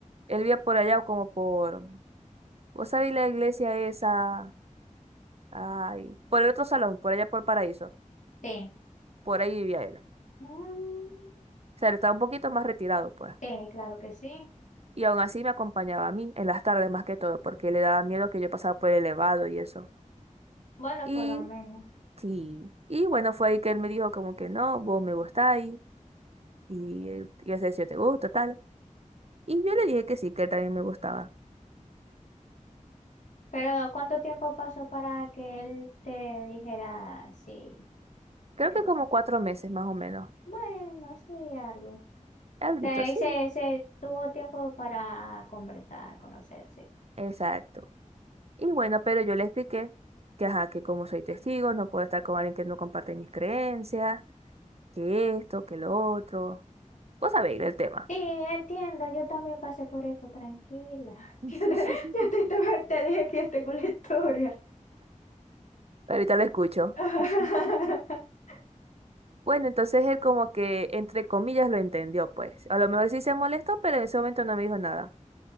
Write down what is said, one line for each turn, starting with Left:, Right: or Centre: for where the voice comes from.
Right: Él vivía por allá como por Vos sabés la iglesia esa, ay, por el otro salón, por allá por Paraíso,
Left: Sí.
Right: por ahí vivía él. O
Left: Mm,
Right: sea, él estaba un poquito más retirado, pues.
Left: sí, claro que sí.
Right: Y aún así me acompañaba a mí en las tardes más que todo, porque le daba miedo que yo pasara por el elevado y eso.
Left: Bueno,
Right: Y
Left: por lo menos.
Right: sí, y bueno, fue ahí que él me dijo como que no, vos me gustáis, y eh, yo sé si yo te gusto, tal. Y yo le dije que sí, que él también me gustaba.
Left: Pero ¿cuánto tiempo pasó para que él te dijera sí,
Right: Creo
Left: mi
Right: que
Left: amor?
Right: como cuatro meses más o menos.
Left: Bueno, sí, algo. O
Right: Alguito,
Left: sea,
Right: sí.
Left: y se, se tuvo tiempo para conversar, conocerse.
Right: Exacto. Y bueno, pero yo le expliqué que, ajá, que como soy testigo, no puedo estar con alguien que no comparte mis creencias, que esto, que lo otro. Vos sabéis el tema.
Left: Sí, entiendo, yo también pasé por eso, tranquila. <laughs>
Right: <laughs>
Left: Yo te, yo te, te- te dije que tengo la historia.
Right: Ahorita lo escucho.
Left: <laughs>
Right: <laughs> Bueno, entonces él como que, entre comillas, lo entendió, pues. A lo mejor sí se molestó, pero en ese momento no me dijo nada.